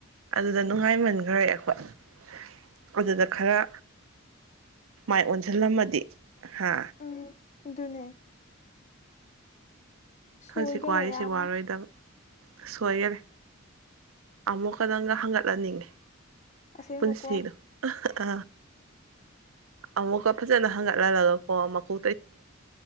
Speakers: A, on the right; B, on the left.
A: ꯑꯗꯨꯗ ꯅꯨꯡꯉꯥꯏꯃꯟꯈ꯭ꯔꯦ ꯑꯩꯈꯣꯏ ꯑꯗꯨꯗ ꯈꯔ ꯑꯗꯨꯗ ꯅꯨꯡꯉꯥꯏꯃꯟꯈ꯭ꯔꯦ ꯑꯩꯈꯣꯏ ꯑꯗꯨꯗ ꯈꯔ ꯃꯥꯏ ꯑꯣꯟꯁꯤꯜꯂꯝꯃꯗꯤ ꯍꯥ
B: ꯎꯝ ꯑꯗꯨꯅꯦ ꯁꯣꯏꯈꯔꯦ
A: ꯍꯧꯖꯤꯛ ꯋꯥꯔꯤꯁꯤ
B: ꯌꯥꯝꯅ
A: ꯋꯥꯔꯣꯏꯗꯕꯅꯦ ꯁꯣꯏꯔꯦꯟ ꯑꯃꯨꯛꯀꯗꯪꯗ ꯍꯪꯒꯠꯍꯟꯅꯤꯡꯉꯤ
B: ꯑꯁꯦꯡꯕꯀꯣ
A: ꯄꯨꯟꯁꯤꯗꯣ ꯑ ꯑꯃꯨꯛꯀ ꯐꯖꯅ ꯍꯪꯒꯠꯍꯜꯂꯒꯀꯣ ꯃꯀꯨ